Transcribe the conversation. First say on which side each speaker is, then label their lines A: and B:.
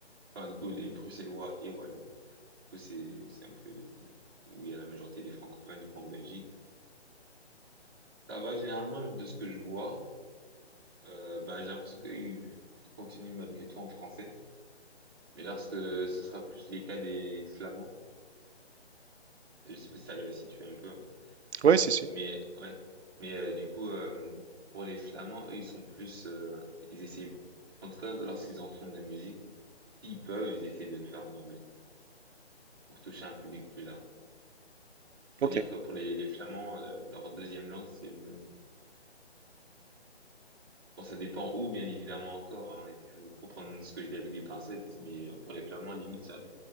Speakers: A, on the right (about 20°); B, on the right (about 75°).
A: enfin du coup les bruxellois et wallons, du coup c'est c'est un peu où il y a la majorité des francophones du coup en Belgique. Ça va généralement de ce que je vois, euh, ben j'ai l'impression qu'ils ils continuent malgré tout en français, mais lorsque ce sera plus les cas des flamands, je sais pas si t'arrives à situer un peu. hein.
B: Oui, si, si.
A: Mais ouais, mais euh, du coup, euh, pour les Flamands, eux, ils sont plus, euh, ils essaient, en tout cas, lorsqu'ils en font de la musique, s'ils peuvent, ils essaient de le faire en anglais pour toucher un public plus large. On
B: Ok,
A: va dire que pour les, les Flamands, euh, leur deuxième langue, c'est, bon, ça dépend où, bien évidemment encore, hein, et puis faut, faut prendre ce que je dis avec des pincettes, mais euh, pour les Flamands, limite, ça-